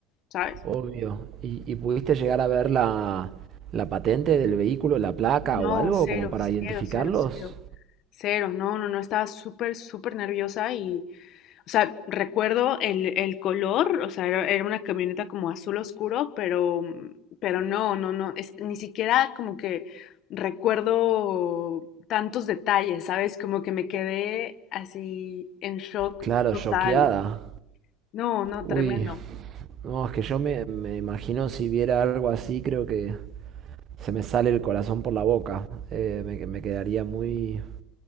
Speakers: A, on the left (about 55°); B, on the right (about 45°).
A: ¿sabes?
B: obvio. ¿Y, y pudiste llegar a ver la, la patente del vehículo, la placa
A: No,
B: o algo
A: cero,
B: como para identificarlos?
A: cero, cero, cero, cero, no, no, no, estaba súper, súper nerviosa y O sea, recuerdo el, el color, o sea, era, era una camioneta como azul oscuro, pero, pero no, no, no, es, ni siquiera como que recuerdo tantos detalles, ¿sabes? Como que me quedé así en shock
B: Claro,
A: total.
B: choqueada.
A: No, no,
B: Uy,
A: tremendo.
B: no, es que yo me, me imagino si viera algo así, creo que se me sale el corazón por la boca. Eh, me, me quedaría muy,